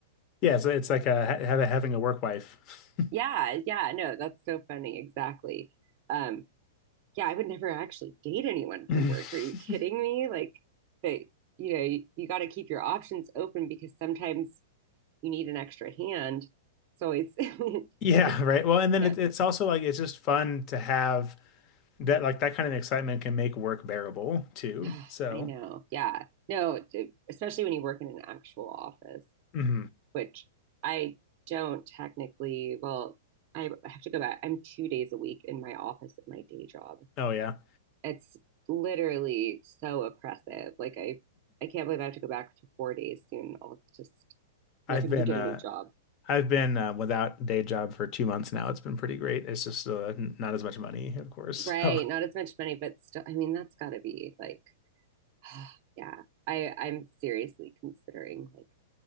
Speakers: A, on the left; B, on the right.
A: Yeah, so it's like a, ha- having a work wife.
B: <laughs> yeah, yeah, no, that's so funny. Exactly. Um, yeah, I would never actually date anyone
A: <laughs>
B: from work. Are you kidding me? Like, but you know, you, you got to keep your options open because sometimes you need an extra hand. So It's <laughs>
A: Yeah,
B: it's,
A: right. Well, and then
B: yeah,
A: it, it's also like it's just fun to have that like that kind of excitement can make work bearable too.
B: <sighs> I
A: So,
B: know. Yeah. No, d- especially when you work in an actual office,
A: mhm.
B: which I don't technically, well, I have to go back. I'm two days a week in my office at my day job.
A: Oh yeah.
B: it's literally so oppressive. Like I I can't believe I have to go back to four days soon. I'll just
A: I've
B: like I'm
A: been
B: gonna get
A: uh
B: a new job.
A: I've been uh, without day job for two months now. It's been pretty great. It's just uh, n- not as much money, of course.
B: Right.
A: <laughs> So
B: Not as much money, but still I mean that's gotta be like <sighs> yeah. I I'm seriously considering like